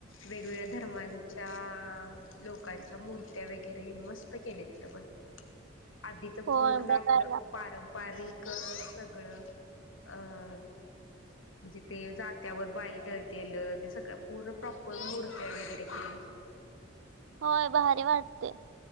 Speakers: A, on the left; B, on the right.
A: वेगवेगळ्या धर्मांच्या लोकांच्या मूर्त्या वगैरे मस्त केले तिथं पण. आदीचा
B: होय
A: पूर्ण
B: बघायला
A: आपलं पारंपारिक सगळं अ म्हणजे जात्यावर बाई दळतेलं ते सगळं पूर्ण प्रॉपर मुर्त्या वगैरे केलं.
B: होय भारी वाटते